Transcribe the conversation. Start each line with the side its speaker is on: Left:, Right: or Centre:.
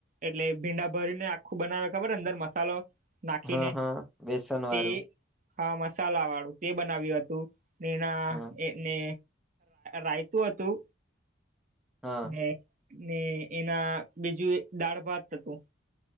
Right: એટલે ભીંડા ભરીને આખું બનાવે ખબર અંદર મસાલો નાખીને
Centre: હા હા બેસન
Right: તે
Centre: વાળું
Right: હા મસાલા વાળું તે બનાવ્યું હતું એના
Centre: હા
Right: ને રાયતું હતું.
Centre: હા.
Right: ને ને એના બીજું દાળ ભાત હતું.